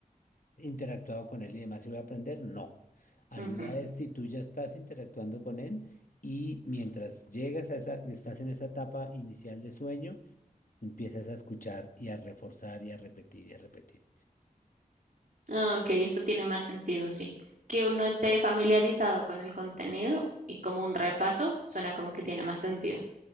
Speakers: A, on the left; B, on the right.
A: interactuado con él y demás y voy a aprender, no. Ayuda
B: Ujú.
A: es si tú ya estás interactuando con él y mientras llegas a esa, estás en esa etapa inicial de sueño, empiezas a escuchar y a reforzar y a repetir y a repetir.
B: Ah, ok, eso tiene más sentido, sí. Que uno esté familiarizado con el contenido y como un repaso, suena como que tiene más sentido.